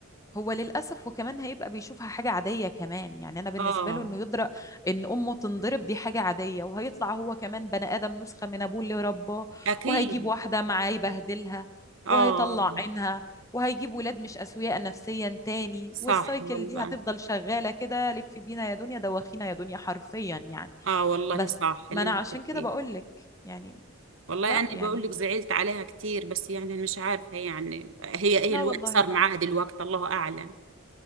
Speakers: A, on the left (about 15°); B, on the right (about 65°).
A: هو للأسف وكمان هيبقى بيشوفها حاجة عادية كمان يعني أنا بالنسبة
B: اه
A: له إنه يدرأ إن أمه تنضرب دي حاجة عادية وهيطلع هو كمان بني آدم نسخة من أبوه اللي رباه
B: اكيد
A: وهيجيب واحدة معاه يبهدلها
B: اه
A: وهيطلع عينها وهيجيب ولاد مش أسوياء نفسيا تاني
B: صح
A: والسايكل
B: والله
A: دي هتفضل شغالة كده لف بينا يا دنيا دوخينا يا دنيا حرفيا يعني
B: اه والله
A: بس
B: صح
A: ما
B: اللي
A: أنا
B: انت
A: عشان
B: بتحكيه
A: كده بقولك يعني
B: والله
A: لا
B: انا
A: يعني
B: بقول لك زعلت عليها كتير بس يعني مش عارفة يعني هي ايه
A: لا
B: الوقت
A: والله
B: صار
A: لا
B: معاها
A: لا
B: دلوقتي الله اعلم